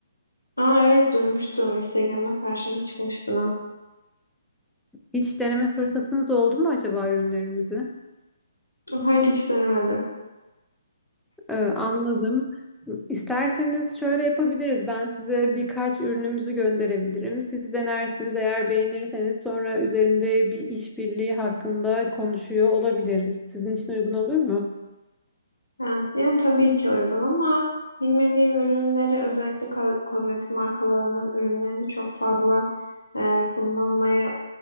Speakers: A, on the left; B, in the centre.
A: Aa evet duymuştum. Instagram'da karşıma çıkmıştınız.
B: Hiç deneme fırsatınız oldu mu acaba ürünlerimizi?
A: Hayır hiç denemedim.
B: Ee, anladım. İsterseniz şöyle yapabiliriz. Ben size birkaç ürünümüzü gönderebilirim. Siz denersiniz. Eğer beğenirseniz sonra üzerinde bir işbirliği hakkında konuşuyor olabiliriz. Sizin için uygun olur mu?
A: Yani, yani tabii ki uygun ama bilmediğim ürünleri özellikle ko- kozmetik markalarının ürünlerini çok fazla e, kullanmayı